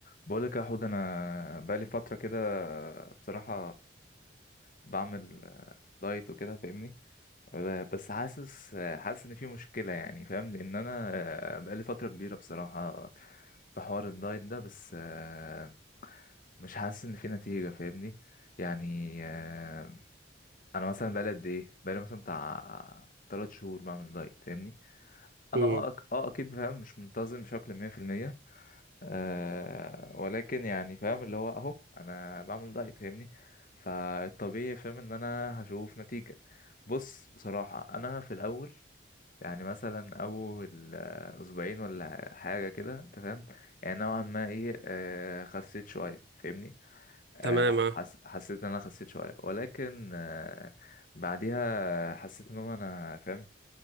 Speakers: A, on the left (about 50°); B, on the right (about 65°).
A: بقولك يا حود انا بقالي فتره كده بصراحه بعمل آه، دايت وكده فاهمني ب- بس حاسس آه، حاسس ان في مشكله يعني فاهم لان انا آه، بقالي فتره كبيره بصراحه في حوار الدايت ده بس آه، مش حاسس ان في نتيجه فاهمني يعني آه، انا مثلا بقالي قد ايه بقالي مثلا بتاع 3 شهور بعمل دايت فاهمني انا
B: امم
A: اه أك- آه اكيد فاهم مش منتظم بشكل 100% آه ولكن يعني فاهم اللي هو اهو انا بعمل دايت فاهمني فالطبيعي فاهم ان انا هشوف نتيجة بص بصراحة انا في الاول يعني مثلا اول آه، اسبوعين ولا حاجة كده انت فاهم يعني نوعا ما ايه آه خسيت شوية فاهمني آه،
B: تمام آه.
A: حس... حسيت ان انا خسيت شويه ولكن آه، بعديها حسيت ان هو انا فاهم